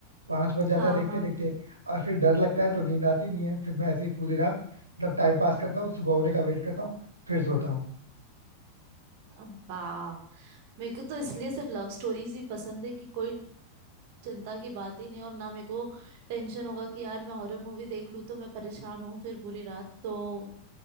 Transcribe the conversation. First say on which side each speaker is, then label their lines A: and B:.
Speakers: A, on the right (about 80°); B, on the right (about 50°).
A: पांच बज जाता
B: हाँ
A: है देखते
B: हाँ
A: देखते और फिर डर लगता है तो नींद आती नहीं है फिर मैं ऐसे ही पूरी रात मतलब टाइम पास करता हूँ सुबह होने का वेट करता हूँ फिर सोता हूँ
B: वाह मेरे को तो इसलिए सिर्फ लव स्टोरीज ही पसंद है कि कोई चिंता की बात ही नहीं और ना मेरे को टेंशन होगा कि यार मैं हॉरर मूवी देख लूँ तो मैं परेशान हूँ फिर पूरी रात तो